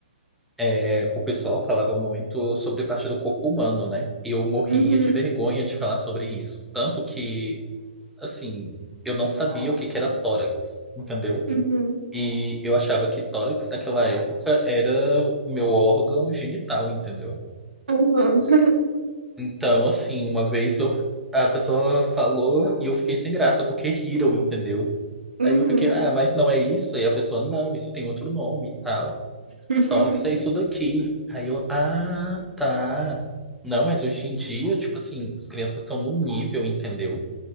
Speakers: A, in the centre; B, on the right (about 75°).
A: é, o pessoal falava muito sobre parte do corpo humano, né? Eu morria
B: Uhum,
A: de vergonha de falar sobre isso, tanto que, assim, eu não sabia o que que era tórax, entendeu?
B: uhum,
A: E eu achava que tórax naquela época era o meu órgão genital, entendeu?
B: uhum, <laughs>
A: Então, assim, uma vez eu, a pessoa falou e eu fiquei sem graça porque riram, entendeu?
B: uhum.
A: Aí eu fiquei, ah, mas não é isso? Aí a pessoa, não, isso tem outro nome e tal.
B: <laughs>
A: Tórax é isso daqui. Aí eu, ah, tá. Não, mas hoje em dia, tipo assim, as crianças estão no nível, entendeu?